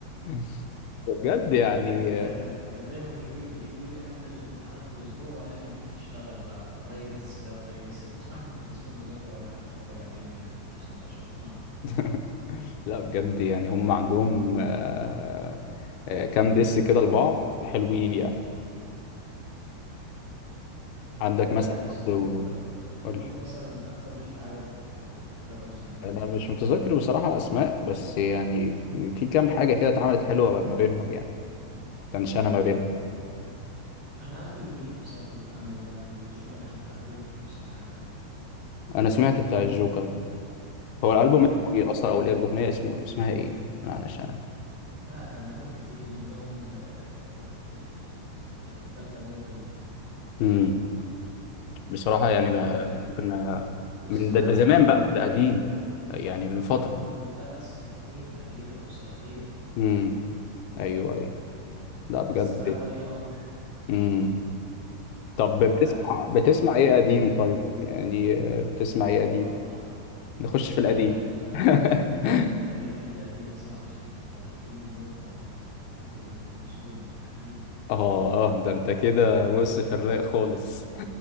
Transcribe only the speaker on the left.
<laughs> بجد يعني آه،
<laughs> لا بجد يعني هم عندهم آه، آه، كام دس كده لبعض حلوين يعني عندك
مثلا
برضو-
قول
لي.
انا
مش متذكر بصراحة اسماء بس يعني في في كام حاجة كده اتعملت حلوة ما بينهم يعني تنشانة ما بينهم
انا سمعت بتاع الجوكر ده هو الالبوم
اسمه
ايه اصلا او الاغنيه اسمه إيه؟ اسمها ايه أنا علشان
امم بصراحه يعني ما-
ممكن آه،
من ده, ده زمان
بقى ده قديم يعني من فتره
امم ايوه ايوه لا بجد
امم طب
بتسمع
بتسمع
ايه
قديم
طيب
يعني آه، بتسمع ايه قديم
نخش
في القديم
<laughs>
اه اه ده انت كده بص في الرايق خالص